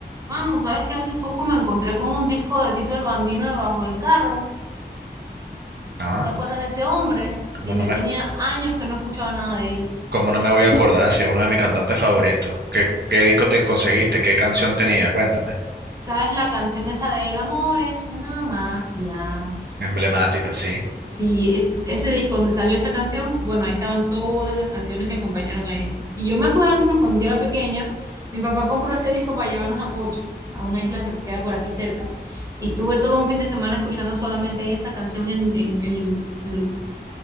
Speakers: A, on the right; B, on the right.
A: Manu, ¿sabes que hace poco me encontré con un disco de Tito el Bambino debajo del carro?
B: Ah,
A: ¿Tú te acuerdas de ese hombre?
B: ¿cómo
A: Ten-
B: no
A: Yo
B: me,
A: tenía años que no escuchaba nada de él.
B: cómo no me voy a acordar si es uno de mis cantantes favoritos? ¿Qué, qué disco te conseguiste? ¿Qué canción tenía? Cuéntame.
A: ¿Sabes la canción esa de El amor es una magia?
B: Emblemática, sí.
A: Sí, et- ese disco donde salió esa canción, bueno, ahí estaban todas las canciones que acompañaron a esa. Y yo me acuerdo que cuando yo era pequeña, mi papá compró ese disco para llevarnos a Coche, a una isla que queda por aquí cerca. Y estuve todo un fin de semana escuchando solamente esa canción en, en, en loop. en loop.